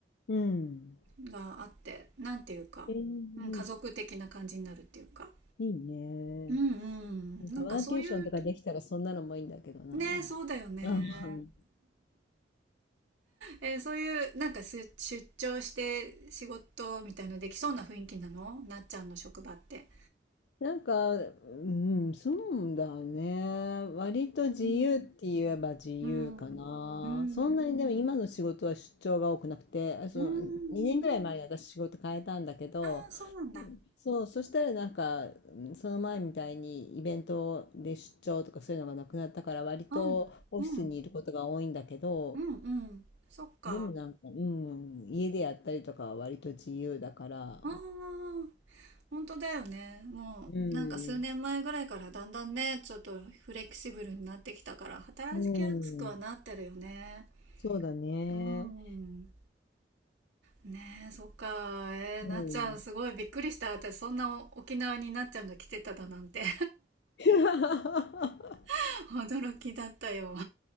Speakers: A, on the left; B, on the right.
A: うん。
B: があって、なんていうか、
A: えー、
B: うん、家族的な感じになるっていうか。
A: いいね。
B: うんうん。
A: なんかワーケーションとかできたらそんなのもいいんだけどな。
B: なんかそういう、ね、そうだよね。
A: うん
B: えーそういう、なんかす出張して仕事みたいのできそうな雰囲気なのなっちゃんの職場って。
A: なんか、うん、そうだね。割と自由って言えば自由かな。
B: うん。うん。うん。
A: そんなにでも今の仕事は出張が多くなくて、あその2年ぐらい前に私仕事変えたんだけど、
B: うーん。ああ、そうなんだ。
A: そう、そしたらなんか、うんその前みたいにイベントで出張とかそういうのがなくなったから割とオフィスにいることが多いんだけど、
B: うん。うん。うん。うん。そっか。
A: でもなんか、うん、家でやったりとかは割と自由だから、
B: ああ、本当だよね。もう、
A: うん、
B: なんか数年前ぐらいからだんだんね、ちょっとフレキシブルになってきたから、働きやすくはなってるよね。
A: うん、そうだね。
B: うん。ねえ、そっか。えー、
A: うん。
B: なっちゃん、すごいびっくりした。私、そんな沖縄になっちゃんが来てただなんて。
A: <laughs>
B: <laughs> 驚きだったよ。